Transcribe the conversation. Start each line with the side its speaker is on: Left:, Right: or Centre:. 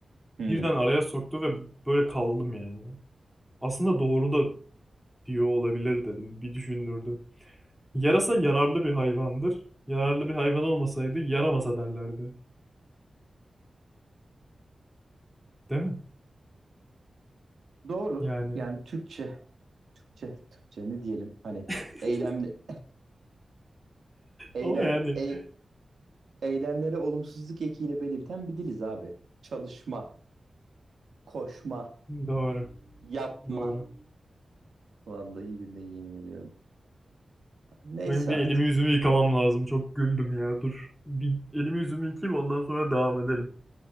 Right: Hmm.
Centre: Birden araya soktu ve böyle kaldım yani. Aslında doğru da diyor olabilir dedim. Bir düşündürdü. Yarasa yararlı bir hayvandır. Yararlı bir hayvan olmasaydı yaramasa derlerdi. Değil mi?
Right: Doğru.
Centre: Yani.
Right: Yani Türkçe, Türkçe, Türkçe ne diyelim? Hani
Centre: <laughs>
Right: eylemli, <laughs> eylem,
Centre: Ama yani
Right: e eylemlere olumsuzluk ekiyle belirten bir diliz abi. Çalışma, koşma,
Centre: doğru.
Right: yapma.
Centre: Doğru.
Right: Vallahi billahi yemin ediyorum. Neyse
Centre: Benim bir
Right: artık.
Centre: elimi yüzümü yıkamam lazım. Çok güldüm ya. Dur. Bir elimi yüzümü yıkayayım ondan sonra devam edelim.